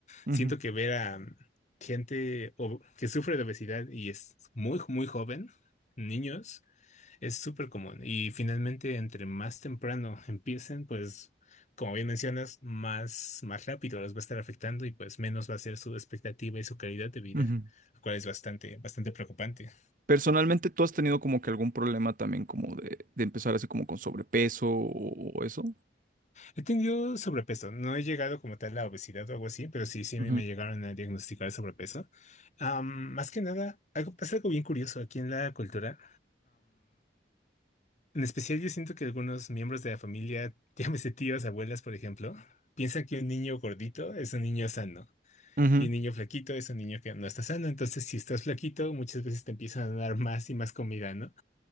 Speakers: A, on the right; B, on the left.
A: Ujú,
B: Siento que ver a mm, gente ob- que sufre de obesidad y es muy, muy joven, niños. Es súper común y finalmente entre más temprano <laughs> empiecen, pues como bien mencionas, más, más rápido los va a estar afectando y pues menos va a ser su expectativa y su calidad de vida,
A: ujú.
B: lo cual es bastante, bastante preocupante.
A: Personalmente, ¿tú has tenido como que algún problema también como de, de empezar así como con sobrepeso o, o eso?
B: He tenido sobrepeso, no he llegado como tal a obesidad o algo así, pero sí, sí
A: Ujú,
B: me me llegaron a diagnosticar sobrepeso. Am, más que nada, algo, pasa algo bien curioso aquí en la cultura. En especial yo siento que algunos miembros de la familia, <laughs> llámese tíos, abuelas, por ejemplo, piensan que un niño gordito es un niño sano
A: Ujú,
B: y un niño flaquito es un niño que no está sano. Entonces, si estás flaquito, muchas veces te empiezan a dar más y más comida, ¿no?